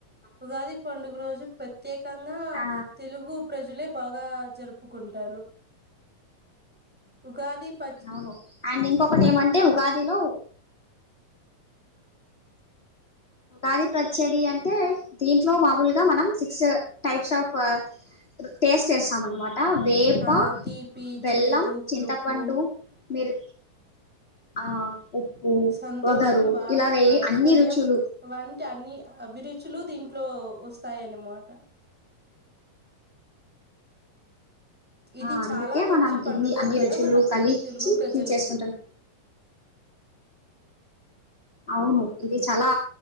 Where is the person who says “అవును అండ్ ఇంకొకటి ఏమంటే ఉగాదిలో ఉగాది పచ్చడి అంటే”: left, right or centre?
Left